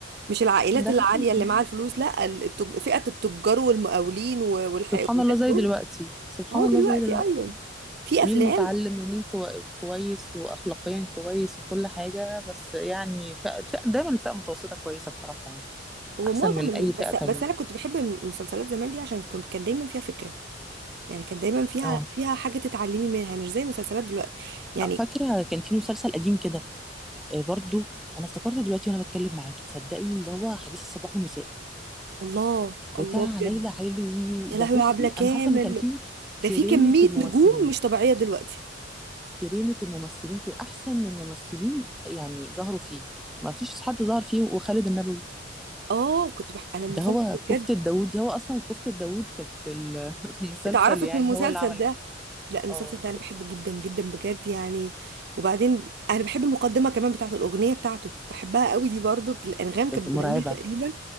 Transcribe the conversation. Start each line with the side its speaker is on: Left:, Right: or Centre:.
Right: مش العائلات
Centre: ده
Right: العالية
Centre: حقيقي
Right: اللي معاها الفلوس لا ال- التج... فئة التجار والمقاولين و- والح...
Centre: سبحان
Right: والناس
Centre: الله زي
Right: دول
Centre: دلوقتي سبحان
Right: هو
Centre: الله
Right: دلوقتي
Centre: زي دلوقتي
Right: ايوه في
Centre: مين
Right: افلام
Centre: متعلم ومين كو- كويس واخلاقيا كويس وكل حاجه بس يعني فئة فئة- دايما الفئه المتوسطه كويسه بصراحه يعني
Right: ومعظم
Centre: احسن من
Right: ال...
Centre: اي فئه
Right: بس
Centre: تانية
Right: بس انا كنت بحب المسلسلات زمان دي عشان كنت كانت دايما فيها فكرة يعني كانت دايما فيها
Centre: اه
Right: فيها حاجة تتعلمي منها مش زي المسلسلات دلوقتي يعني
Centre: آه، فاكره كان في مسلسل قديم كده آه، برضو انا افتكرته دلوقتي وانا بتكلم معاكي تصدقي اللي هو حديث الصباح والمساء
Right: الله
Centre: بتاع
Right: الله بجد
Centre: ليلى علوي
Right: يا
Centre: ده
Right: لهوي
Centre: بصي
Right: يا عبلة كامل
Centre: انا حاسه ان كان فيه
Right: ده
Centre: كريمه
Right: في كمية
Centre: الممثلين
Right: نجوم مش طبيعية دلوقتي
Centre: كريمه الممثلين كل احسن الممثلين يعني ظهروا فيه ما فيش حد ظهر فيه وخالد النبوي
Right: اه كنت بح... انا المسلسل
Centre: ده هو
Right: ده بجد
Centre: كفتة داوود دي هو أصلا كفتة داوود كانت ال- <laughs> المسلسل
Right: اتعرفت
Centre: يعني
Right: من المسلسل
Centre: هو اللي عمل
Right: ده لا المسلسل
Centre: اه
Right: ده انا بحبه جدا جدا بجد يعني وبعدين انا بحب المقدمه كمان بتاعت الاغنيه بتاعته بحبها قوي دي برضو الانغام
Centre: كانت
Right: كانت
Centre: مرعبة
Right: بتغنيها تقريبا